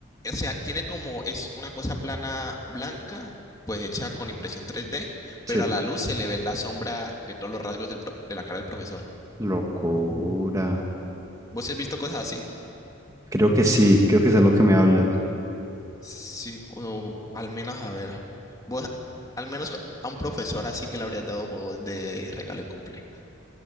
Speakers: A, on the left; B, on the right.
A: o sea, tiene como, es una cosa plana blanca, pues hecha con impresión 3D,
B: Sí.
A: pero a la luz se le ve la sombra de todos los rasgos del pro- de la cara del profesor.
B: Locura.
A: ¿Vos sí has visto cosas así?
B: Creo que sí, creo que es a lo que me hablas.
A: Sí, o al menos a ver. Vos, al menos a un profesor así que le habrías dado vos de regalo de cumple.